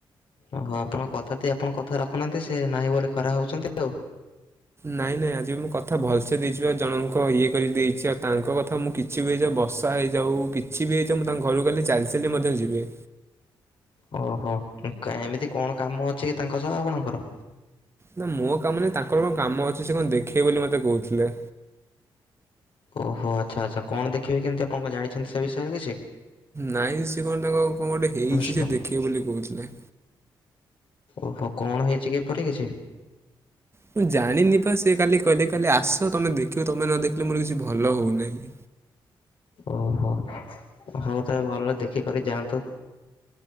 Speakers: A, on the left (about 65°); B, on the right (about 30°).
A: ଓହୋ ଆପଣ କଥା ଦେଇ ଆପଣ କଥା ରଖୁନାହାନ୍ତି। ସେ ନାହିଁ ବୋଲି ଖରାପ ଭାବୁଛନ୍ତି ଆଉ।
B: ନାଇଁ, ନାଇଁ। ଆଜି ମୁଁ କଥା ଭଲସେ ଦେଇଛି ବା? ଜଣଙ୍କ ଇଏ କରିିକି ଦେଇଛି। ଆଉ ତାଙ୍କ କଥା ମୁଁ କି ଛି ବି ହେଇଯାଉ। ବର୍ଷା ହେଇଯାଉ। କିଛି ବି ହେଇଯାଉ। ମୁଁ, ତାଙ୍କ ଘରକୁ କାଲି ଚାଲି, ଚାଲି ମଧ୍ୟ ଯିବି।
A: ଓହୋ। କାଇଁ ଏମିତି କଣ କାମ ଅଛି କି ତାଙ୍କ ସହ ଆପଣଙ୍କର?
B: ନା ମୋ କାମ ନାଇଁ ତାଙ୍କର କଣ କାମ ଅଛି। ସେ କଣ ଦେଖେଇବେ ବୋଲି ମତେ କହୁଥିଲେ।
A: ଓହୋ ଆଚ୍ଛା ଆଚ୍ଛା। କଣ ଦେଖିବେ କି ଏମିତି? ଆପଣ କଣ ଜାଣିଛନ୍ତି ସେ ବିଷୟରେ କିଛି?
B: ନାଇଁ, ସେ କଣ, ତାଙ୍କ କଣ ଗୋଟେ ହେଇଛି?
A: ବିଷ୍ଣୁ
B: ସେ ଦେଖିବେ ବୋଲି କହୁଥିଲେ।
A: ଓହୋ କଣ ହେଇଛି କି ଏପରି କିଛି?
B: ମୁଁ ଜାଣିନି ବା। ସିଏ କାଲି କହିଲେ, କାଲି ଆସ ତମେ ଦେଖିବ। ତମେ ନ ଦେଖିଲେ ମୋର କିଛି ଭଲ ହଉନାହିଁ।
A: ଓହୋ ହଉ ତା ଭଲ ଦେଖି କରି ଯାଆନ୍ତୁ।